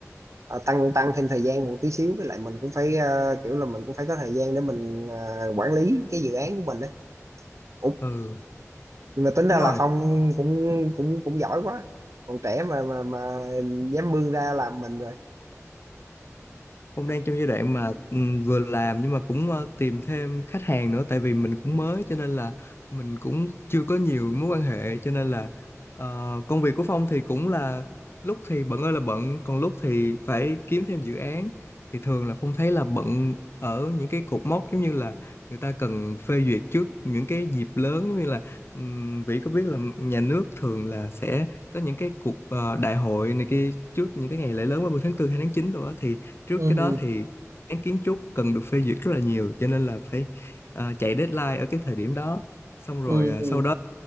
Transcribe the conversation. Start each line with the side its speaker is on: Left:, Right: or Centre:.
Right: ờ, tăng tăng thêm thời gian một tí xíu với lại mình cũng phải ờ, kiểu là mình cũng phải có thời gian để mình ờ, quản lý cái dự án của mình đấy Ủa,
Left: ừ
Right: nhưng mà tính ra
Left: đúng
Right: là
Left: rồi
Right: Phong cũng cũng cũng giỏi quá còn trẻ mà mà mà dám bươn ra làm mình rồi
Left: cũng đang trong giai đoạn mà ừm, vừa làm nhưng mà cũng ờ, tìm thêm khách hàng nữa tại vì mình cũng mới cho nên là mình cũng chưa có nhiều mối quan hệ cho nên là ờ, công việc của Phong thì cũng là lúc thì bận ơi là bận còn lúc thì phải kiếm thêm dự án thì thường là Phong thấy là bận ở những cái cột mốc giống như là người ta cần phê duyệt trước những cái dịp lớn giống như là um, Vĩ có biết là nhà nước thường là sẽ có những cái cuộc ờ, đại hội này kia trước những cái ngày lễ lớn 30 tháng tư, hay tháng 9 rồi á thì trước
Right: ừ,
Left: cái đó thì án kiến trúc cần được phê duyệt rất là nhiều cho nên là phải à, chạy deadline ở cái thời điểm đó xong rồi
Right: ừ, ừ.
Left: à,
Right: ừ.
Left: sau đó